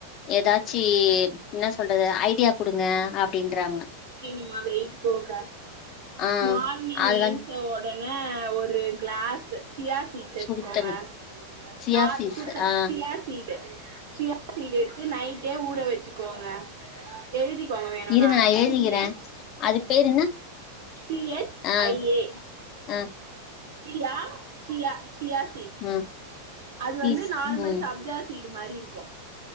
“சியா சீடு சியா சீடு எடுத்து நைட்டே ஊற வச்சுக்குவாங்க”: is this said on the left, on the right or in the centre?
Right